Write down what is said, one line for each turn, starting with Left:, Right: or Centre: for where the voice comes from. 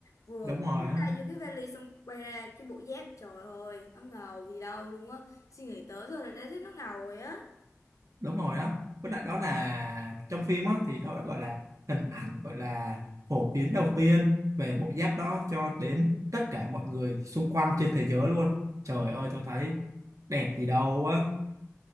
Left: vừa
Right: đúng rồi
Left: nhấc
Right: á
Left: tay vô cái vali xong quay ra cái bộ dép trời ơi nó ngầu gì đâu luôn á suy nghĩ tới thôi là đã thấy nó ngầu rồi á
Right: đúng rồi á với lại đó là trong phim á thì đó gọi là hình ảnh gọi là phổ biến đầu tiên về bộ giáp đó cho đến tất cả mọi người xung quanh trên thế giới luôn trời ơi tôi thấy đẹp gì đâu á